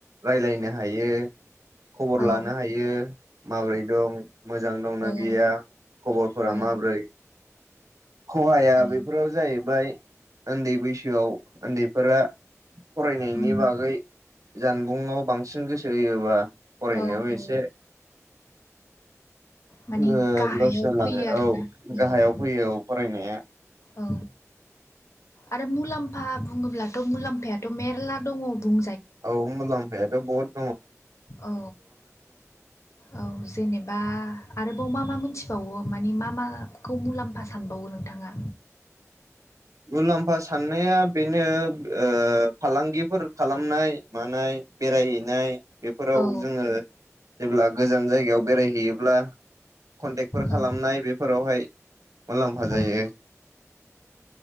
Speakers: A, on the right; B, on the left.
A: रायलायनो हायो। खबर
B: औ
A: लानो हायो माबोरै दं मोजां दंना
B: औ
A: गैया। खबरफोरा
B: औ
A: माब्रै। खहाया
B: औ
A: बेफोराव जाहैबाय उन्दै बैसोआव उन्दैफोरा फरायनायनि
B: उम
A: बागै जानबुंआव बांसिन गोसो होयोबा फरायनायाव
B: औ औ।
A: एसे
B: माने
A: ओ
B: गाहायाव
A: लस जालाङो
B: फैयो आरोना
A: औ गाहायाव
B: औ
A: फैयो औ फरायनाया।
B: औ आरो मुलाम्फा बुङोब्लाथ मुलाम्फायाथ मेरला दङ बुं
A: औ मुलाम्फायाथ बहुत।
B: औ। औ जेनेबा आरोबाव मा मा मोनथिबावो मानि मा माखौ मुलाम्फा सानबावो नों। नोंथाङा?
A: मुलाम्फा साननाया बेनो ओ फालांगिफोर खालामनाय मानाय। बेरायहैनाय बेफोराव
B: औ
A: जोङो जेब्ला गोजान जायगायाव बेरायहैयोब्ला कन्टेक्टफोर
B: औ
A: खालामनाय बेफोरावहाय। मुलाम्फा जायो।
B: औ